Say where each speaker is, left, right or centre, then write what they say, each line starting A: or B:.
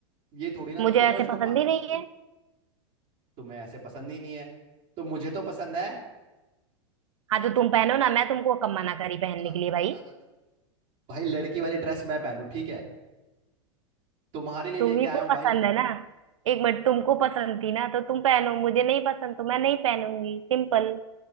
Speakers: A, on the right; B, on the right.
A: ये थोड़ी ना
B: मुझे
A: कि तुम्हें
B: ऐसे
A: उसको
B: पसंद
A: भा...
B: ही नहीं है
A: तुम्हें ऐसे पसंद ही नहीं है तो मुझे तो पसंद है
B: हाँ तो तुम पहनो ना मैं तुमको कम मना करी पहनने
A: अब
B: के लिए भाई
A: अब भाई लड़की वाली ड्रेस मैं पहनू ठीक है तुम्हारे लिए
B: तुम्ही
A: लेके आया
B: को
A: हूँ भाई
B: पसंद है ना एक मिनट तुमको पसंद थी ना तो तुम पहनो मुझे नहीं पसंद तो मैं नहीं पहनूंगी सिंपल